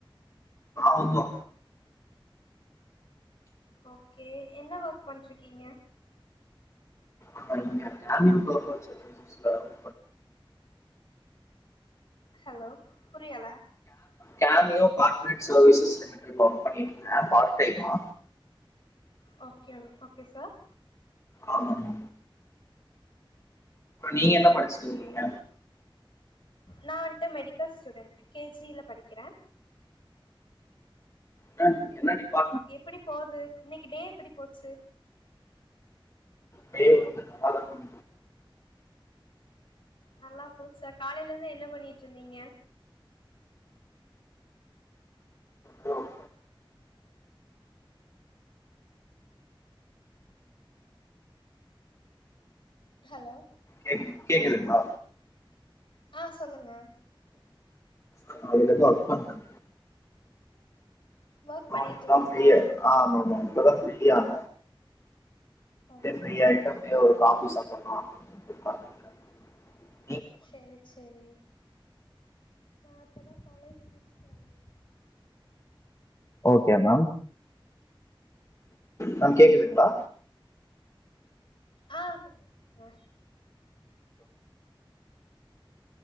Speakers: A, on the left (about 35°); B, on the left (about 65°).
A: ஆமா
B: ஓகே என்ன ஒர்க் பண்ட்ருக்கீங்க
A: இங்க <unintelligible>
B: ஹலோ புரியல
A: கேமியோ கார்ப்பரேட் சர்வீசஸ் லிமிட்ல ஒர்க் பண்ணிருக்கே பார்ட் டைமா
B: ஓகே ஓகே சார்
A: ஆமாங்க நீங்க என்ன படிச்சிட்டு
B: ஓக்கே
A: இருக்கீங்க
B: நா வந்ட்டு மெடிக்கல் ஸ்டூடென்ட் கேஜில படிக்கற
A: மேம் நீங்க என்ன டிப்பாட்
B: எப்புடி போது இன்னிக்கு டே எப்பிடி போச்சு
A: பேய் வந்து <unintelligible>
B: நல்லா போச்சா காலைல இருந்து என்ன பண்ணிட்ருந்தீங்க
A: ம்
B: ஹலோ
A: கேக்குது கேக்குதுங்ளா
B: ஆ சொல்லுங்க
A: காலைலருந்து ஒர்க் பண்ண
B: ஒர்க் பண்ணிட்டு
A: ஆ இப்பதா
B: இருந்தீங்களா
A: ஃப்ரி ஆ ஆமா மா மா இப்பதா ஃப்ரீயான
B: ஓகே
A: ஃப்ரி ஆய்ட்டு அப்டியே ஒரு காஃபி சாப்பட்ணு <inaudible>
B: சேரி சேரி நா இப்பதா காலேஜ் முடிச்சிட்டு வந்தே
A: ஓகே மேம் மேம் கேக்குதுங்ளா
B: ஆ சொல்லுங்க சொல்லுங்க